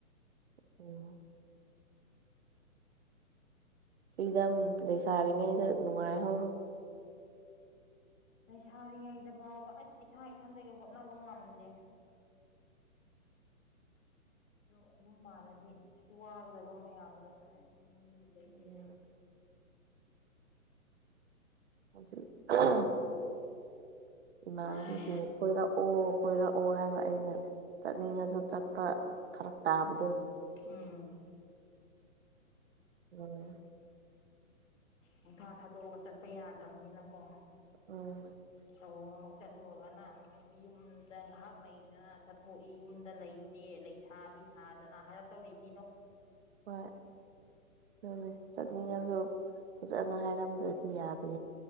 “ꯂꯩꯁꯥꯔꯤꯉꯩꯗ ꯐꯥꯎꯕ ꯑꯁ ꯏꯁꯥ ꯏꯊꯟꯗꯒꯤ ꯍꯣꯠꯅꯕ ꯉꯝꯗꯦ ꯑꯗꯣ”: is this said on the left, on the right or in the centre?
Left